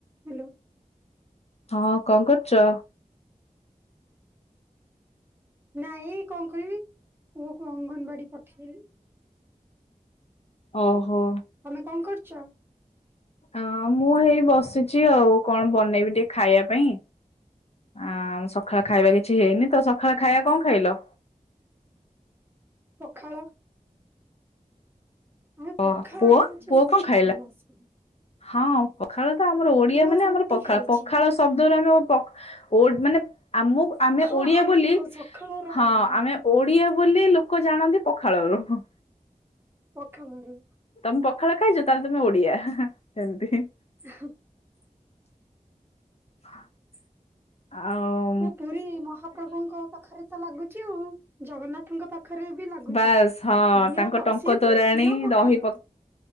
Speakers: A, on the right (about 15°); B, on the left (about 45°).
A: Hello.
B: ହଁ, କଣ କରୁଛ?
A: ନାଇଁ, କଣ କରିବି ପୁଅକୁ ଅଙ୍ଗନବାଡି ପଠେଇଲି।
B: ଓ ହୋ।
A: ତମେ କଣ କରୁଛ?
B: ହଁ ମୁଁ ହେଇ ବସି ଛି ଆଉ କଣ ବନେଇବି ଟିକେ ଖାଇବା ପାଇଁ ଆ ସକାଳେ ଖାଇବା କିଛି କିଛି ହେଇନି ତ ସକାଳ ଖାଇବା କଣ ଖାଇଲ?
A: ପଖାଳ। ଆମ
B: ଓ
A: ପଖାଳଟା
B: ପୁଅ
A: ହଉଛି
B: ପୁଅ
A: ବହୁତ
B: କଣ ଖାଇଲା?
A: ଫେମସ।
B: ହଁ, ପଖାଳ ତ ଆମର ଓଡିଆ
A: ମୁଁ
B: ମାନେ
A: ରୁଟି
B: ଆମର ପଖାଳ,
A: ଖାଇଛି
B: ପଖାଳ ସବୁ ବେଳେ ଆମର ପଖା ଓ ମାନେ ଆମକୁ ଆମେ
A: ହଁ
B: ଓଡିଆ
A: ଆରମ୍ଭ
B: ବୋଲି,
A: ସକାଳର
B: ହଁ
A: ଆରମ୍ଭ
B: ଆମେ ଓଡିଆ ବୋଲି ଲୋକ ଜାଣନ୍ତି ପଖାଳରୁ ହୁ
A: ପଖାଳ ରେ
B: ତମେ ପଖାଳ ଖାଇଛ ତାହେଲେ ତମେ ଓଡିଆ ହଁ ହଁ ଏମିତି।
A: <unintelligible> ଉ ହୁ
B: <inaudible> ଆଓ
A: ମୁଁ ପୁରୀ ମହାପ୍ରଭୁଙ୍କ ପାଖରେ ତ ଲାଗୁଛି ଆଉ ଜଗନ୍ନାଥଙ୍କ ପାଖ ପାଖରେ ବି ଲାଗୁଛି
B: ବାସ୍ ହଁ
A: ଘିଅ
B: ତାଙ୍କ ଟଙ୍କ
A: ସିଏ
B: ତୋରାଣୀ
A: ପୁଣି ଖିଅ ପଖାଳ
B: ଦହି